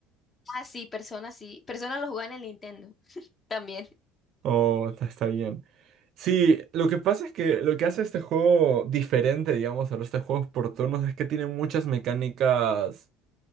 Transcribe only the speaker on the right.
Oh, está, está bien. Sí, lo que pasa es que lo que hace este juego diferente, digamos, a los este juegos por turnos es que tiene muchas mecánicas.